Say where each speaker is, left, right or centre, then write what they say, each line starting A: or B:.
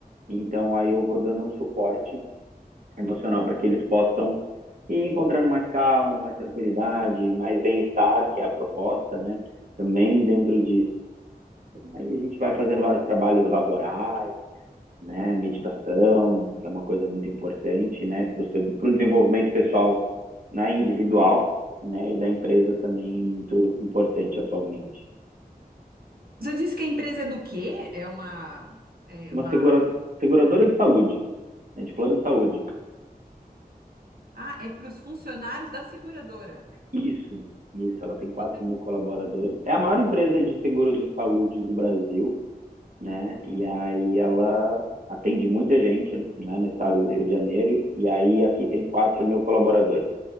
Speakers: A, on the right; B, on the right.
A: Então aí eu vou dando um suporte emocional para que eles possam ir encontrando mais calma, mais tranquilidade, mais bem-estar, que é a proposta, né? Também dentro disso. Aí a gente vai fazendo vários trabalhos laborais, né? Meditação, que é uma coisa muito importante, né? Para o desenvolvimento pessoal né, individual, né, e da empresa também muito importante atualmente.
B: Você disse que a empresa é do quê? É uma, é
A: Uma
B: uma...
A: segura, seguradora de saúde, né, de plano de saúde.
B: Ah, é para os funcionários da seguradora.
A: Isso, isso, ela tem quatro
B: Que
A: mil colaboradores. É a maior empresa de seguros de saúde do Brasil, né, e aí ela atende muita gente né, no estado do Rio de Janeiro, e aí aqui tem quatro mil colaboradores.